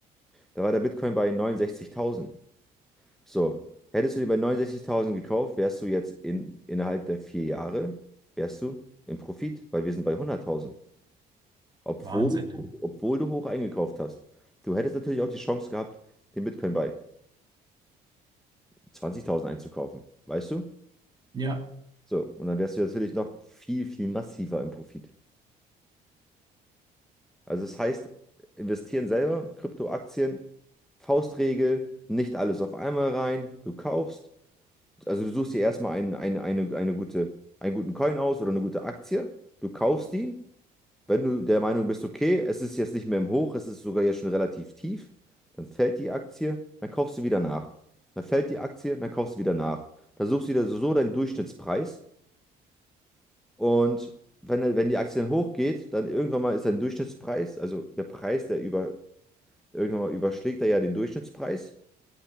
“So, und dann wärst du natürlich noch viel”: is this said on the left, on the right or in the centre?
Centre